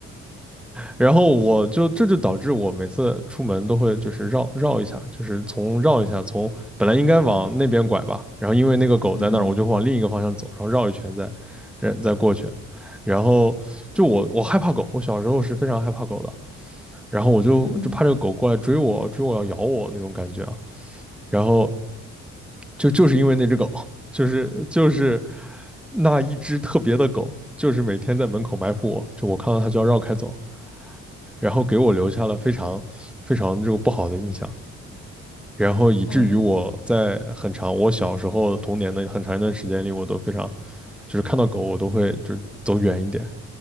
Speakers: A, in the centre; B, on the left (about 80°).
A: 然后我就这就导致我每次出门都会就是绕绕一下，就是从绕一下，从本来应该往那边拐吧，然后因为那个狗在那儿，
B: 嗯
A: 我就往另一个方向走，然后绕一圈再，呃再过去。然后就我我害怕狗，我小时候是非常害怕狗的，然后我就就怕这个狗过来追我，
B: 嗯
A: 追我要咬我那种感觉啊。然后就就是因为那只狗，<laughs> 就是就是那一只特别的狗，就是每天在门口埋伏我，就我看到它就要绕开走，然后给我留下了非常非常这个不好的印象，然后以至于我在很长我小时候童年的很长一段时间里，
B: 嗯
A: 我都非常就是看到狗我都会就走远一点，